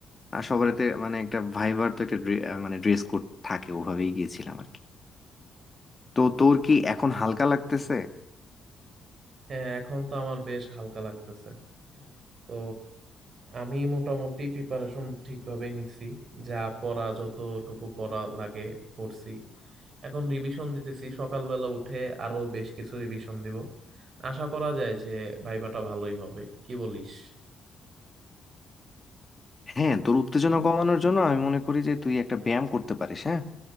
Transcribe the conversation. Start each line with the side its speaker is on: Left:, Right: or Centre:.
Left: আহ, সবারতে মানে একটা ভাইবার তো একটা ড্রে- আহ, মানে ড্রেস কোড থাকে ওভাবেই গিয়েছিলাম আর কি তো তোর কি এখন হালকা লাগতেছে
Right: হ্যাঁ এখন তো আমার বেশ হালকা লাগতেছে তো আমি মোটামুটি প্রিপারেশন ঠিকভাবেই নিচ্ছি যা পড়া যতটুকু পড়া লাগে পড়ছি এখন রিভিশন দিতেছি সকালবেলা উঠে আরো বেশ কিছু রিভিশন দিব আশা করা যায় যে ভাইবাটা ভালোই হবে কি বলিস
Left: হ্যাঁ তোর উত্তেজনা কমানোর জন্য আমি মনে করি যে তুই একটা ব্যায়াম করতে পারিস হ্যাঁ